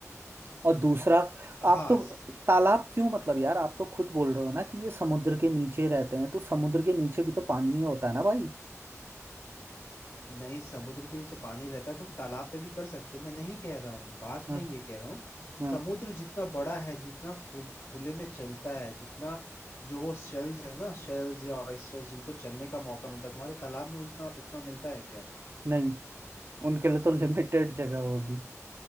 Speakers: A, on the right (about 45°); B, on the left (about 65°).
A: और दूसरा
B: हाँ
A: आप तो
B: स-
A: तालाब क्यों मतलब यार आप तो खुद बोल रहे हो ना कि ये समुद्र के नीचे रहते हैं तो समुद्र के नीचे भी तो पानी ही होता है ना भाई
B: नहीं समुद्र के नीचे पानी रहता है तुम तालाब पे भी कर सकते हो मैं नहीं कह रहा हूँ बात
A: हम्म
B: मैं ये कह रहा हूँ
A: हम्म
B: समुद्र जितना बड़ा है जितना खु, खुले में चलता है जितना जो वो शेल्स है ना शेल्स या ऑयस्टर्स जिनको चलने का मौका मिलता है तुम्हारे तालाब में उतना उतना मिलता है क्या
A: नहीं उनके लिए तो <laughs> लिमिटेड जगह होगी